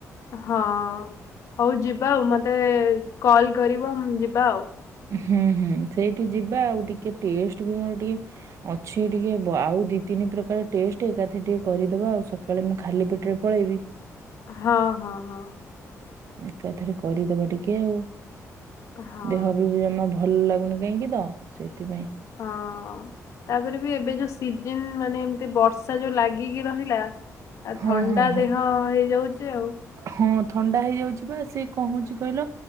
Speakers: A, on the left; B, on the right.
A: ହଁ ହଉ ଯିବା ଆଉ ମତେ କଲ୍ କରିବ ଯିବା ଆଉ।
B: ହୁଁ ହୁଁ ସେଇଠି ଯିବା ଆଉ ଟିକେ ଟେଷ୍ଟ ବି ମୋର ଟିକେ ଅଛି ଟିକେ ଆଉ ଦି ତିନି ପ୍ରକାର ଟେଷ୍ଟ ଏକାଥ ଟିକେ କରିଦବା ଆଉ ସକାଳେ ମୁଁ ଖାଲି ପେଟରେ ପଳେଇବି।
A: ହଁ ହଁ ହଁ।
B: ଏକାଥରେ କରିଦବା ଟିକେ ଆଉ
A: ହଁ
B: ଦେହ ବି ବି ଜମା ଭଲ ଭଲ ଲାଗୁନି କାହିଁକି ତ ସେଥିପାଇଁ।
A: ହଁ ତାପରେ ବି ଏବେ ଯୋଉ ସିଜନ ମାନେ ଏମତି ବର୍ଷା ଯୋଉ ଲାଗିକି ରହିଲା ଆ
B: ହଁ
A: ଥଣ୍ଡା
B: ହଁ ହଁ।
A: ଦେହ ହେଇଯାଉଚି ଆଉ।
B: ହଁ ଥଣ୍ଡା ହେଇଯାଉଚି ବା ସିଏ କଣ ହଉଚି କହିଲ